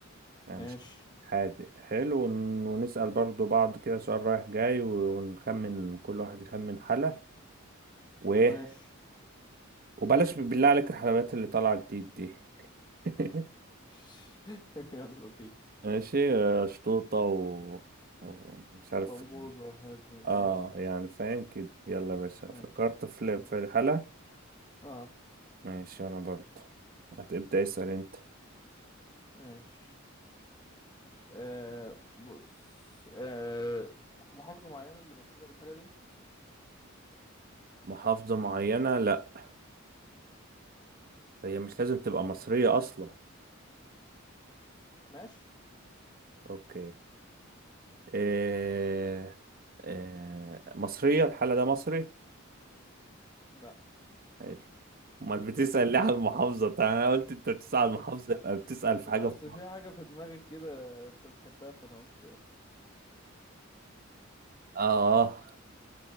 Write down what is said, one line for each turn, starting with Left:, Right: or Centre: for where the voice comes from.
Right: يعني
Left: ماشي
Right: مش حادق حلو ون- ونسال برضو بعض كده سؤال رايح جاي ونخمن كل واحد يخمن حلا وايه
Left: ماشي
Right: وبلاش بالله عليك الحلويات اللي طالعه جديد دي <laughs>
Left: <laughs> يلا بينا
Right: ماشي آه، شطوطه و... ومش عارف
Left: بمبوزة والحاجات دي ماشي
Right: اه يعني فاهم كده يلا يا باشا
Left: ماشي
Right: فكرت في
Left: يلا.
Right: في الحالة
Left: اه
Right: ماشي انا برضو هتبدأ اسأل انت
Left: ماشي آه بص آه محافظة معينة اللي مشهورة بالحاجة دي
Right: محافظة معينة لا
Left: ماشي
Right: هي مش لازم تبقى مصرية اصلا
Left: ماشي
Right: اوكي إيه... إيه... مصرية الحالة ده مصري
Left: لا
Right: حلو امال بتسأل ليه على المحافظة طيب انا قلت انت بتسأل على
Left: <laughs>
Right: المحافظة يبقى بتسأل في
Left: لا
Right: حاجة في
Left: اصل
Right: مصر
Left: في حاجة في دماغك كده انت بتحبها فانا قلت
Right: اه